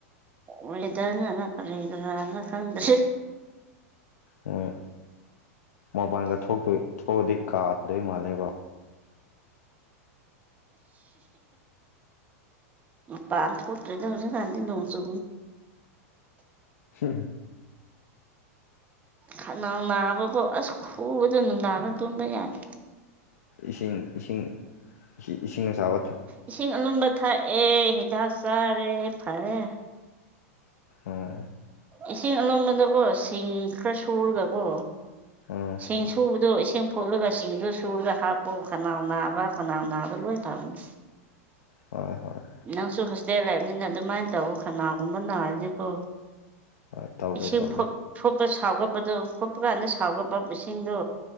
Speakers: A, on the right; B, on the left.
A: ꯋꯦꯗꯔꯅꯅ ꯀꯔꯗ꯭ꯔꯥꯅ ꯈꯪꯗ꯭ꯔꯦ
B: ꯍꯣꯏ ꯃꯄꯥꯟꯒ ꯊꯣꯛꯇꯣꯏ ꯊꯣꯛꯑꯗꯤ ꯀꯥꯗꯣꯏ ꯃꯥꯜꯂꯦꯕꯣ
A: ꯄꯥꯟꯊ ꯄꯣꯇ꯭ꯔꯗ ꯍꯧꯖꯤꯁꯨ ꯈꯗ ꯂꯨꯅ ꯁ
B: ꯍ
A: ꯈꯅꯥ ꯅꯥꯕꯒꯣ ꯑꯁ ꯈꯨꯕ ꯑꯗꯨ ꯅꯥꯅ ꯇꯨꯝꯕ ꯌꯥꯗ꯭ꯔꯦ
B: ꯏꯁꯤꯡ ꯏꯁꯤꯡ ꯏꯁꯤꯡꯅ ꯆꯥꯕ
A: ꯏꯁꯤꯡ ꯑꯨꯝꯕ ꯊꯛꯑꯦ ꯍꯤꯗꯥꯛ ꯆꯥꯔꯦ ꯐꯔꯦ
B: ꯎꯝ
A: ꯏꯁꯤꯡ ꯑꯂꯣꯝꯕꯗꯀꯣ ꯁꯤꯡ ꯈꯔ ꯁꯨꯔꯒꯀꯣ
B: ꯎꯝ
A: ꯁꯤꯡ ꯁꯨꯕꯗꯣ ꯏꯁꯤꯡ ꯐꯣꯠꯂꯒ ꯁꯤꯡꯗꯨ ꯁꯨꯔꯒ ꯍꯥꯞꯄꯨ ꯈꯅꯥꯎ ꯅꯥꯕ ꯈꯅꯥꯎ ꯅꯥꯕ ꯂꯣꯏ ꯐꯕꯅꯤ
B: ꯍꯣꯏ ꯍꯣꯏ
A: ꯅꯪꯁꯨ ꯍꯣꯁꯇꯦꯜ ꯂꯥꯏꯕꯅꯤꯅ ꯑꯗꯨꯃꯥꯏꯅ ꯇꯧꯕ ꯀꯅꯥꯒꯨꯝꯕ ꯅꯥꯔꯗꯤꯀꯣ
B: ꯍꯣꯏ ꯇꯧꯒꯦ
A: ꯏꯁꯤꯡ
B: ꯇꯧꯒꯦ
A: ꯐꯣꯄ ꯁꯥꯎꯒꯠꯄꯗꯣ ꯈꯣꯠꯄ ꯀꯥꯟꯗ ꯁꯥꯎꯒꯠꯄ ꯏꯁꯤꯡꯗꯣ